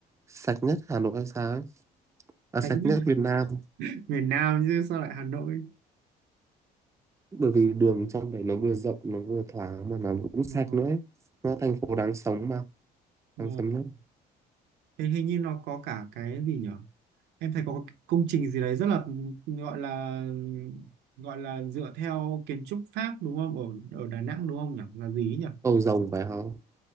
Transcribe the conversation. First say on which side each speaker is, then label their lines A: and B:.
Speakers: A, on the right; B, on the right.
A: sạch nhất Hà Nội hay sao ấy à,
B: Tách
A: sạch
B: với
A: nhất Việt Nam
B: <laughs> miền Nam chứ sao lại Hà Nội
A: bởi vì đường trong đấy nó vừa rộng nó vừa thoáng mà nó cũng sạch
B: Ờ,
A: nữa ấy. nó thành phố đáng sống mà
B: ờ.
A: đáng sống nhất
B: Thế hình như nó có cả cái gì nhỉ em thấy có cái công trình gì đấy rất là gọi là gọi là dựa theo kiến trúc Pháp đúng không ở ở Đà Nẵng đúng không nhỉ là gì ấy nhỉ
A: cầu rồng phải không